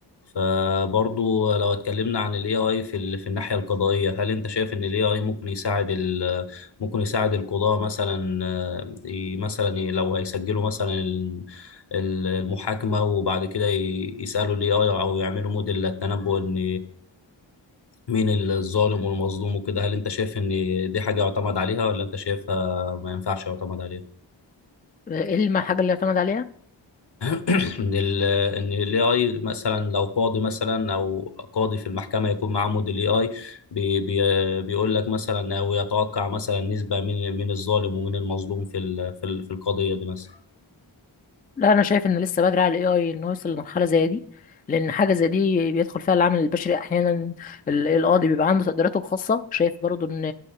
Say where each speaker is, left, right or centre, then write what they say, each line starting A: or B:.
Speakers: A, on the left; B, on the left.
A: فبرضو لو اتكلمنا عن ال AI في ال- في الناحية القضائية هل أنت شايف إن ال AI ممكن يساعد ال ممكن يساعد القضاة مثلا آه، ي- مثلا ي- لو هيسجلوا مثلا ال- المحاكمة وبعد كده ي- يسألوا الاي اي او يعملوا موديل للتنبؤ ان مين الظالم والمظلوم وكده هل انت شايف ان دي حاجة يعتمد عليها ولا انت شايفها ما ينفعش يعتمد عليها
B: آه، ايه الحاجه اللي يعتمد عليها
A: <clears throat> ان ال ان الاي اي مثلا لو قاضي مثلا او قاضي في المحكمة يكون معاه موديل اي اي بي بي بيقول لك مثلا او يتوقع مثلا نسبة مين مين الظالم ومين المظلوم في ال- في ال- في القضية دي مثلا
B: لا انا شايف ان لسه بدري على الاي اي انه يوصل لمرحله زي دي لان حاجه زي دي بيدخل فيها العامل البشري احيانا ال- القاضي بيبقى عنده تقديراته الخاصه شايف برضو ان